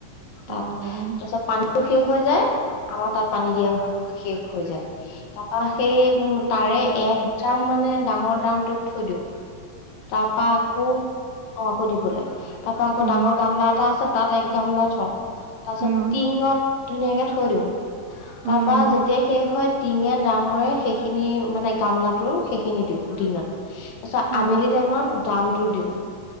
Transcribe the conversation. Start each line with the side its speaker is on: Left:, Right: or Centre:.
Left: তাত
Right: অ
Left: তাৰছত পান ত'শেষ হৈ যায় আমাৰ তাত পানী দিয়া শেষ হৈ যায় তাৰপা সেই তাৰে এক দ্ৰামটো মানে ডাঙৰ দ্ৰামটোত থৈ দিওঁ তাৰ পা আকৌ অ আকৌ দিবলৈ তাৰ পা আকৌ
Right: উম
Left: ডাঙৰ গামলা এটা আছে তাত এক গামলা থওঁ। তাছত
Right: উম
Left: টিঙত ধুনীয়াকে থৈ দিও
Right: উম
Left: তাৰ পা যেতিয়া শেষ হয় টিঙে দ্ৰামৰে সেইখিনি মানে গামলাটোৰ সেইখিনি দিওঁ দিনত। তাছত
Right: অ
Left: আবেলিত টেমান দ্ৰামটো দিওঁ।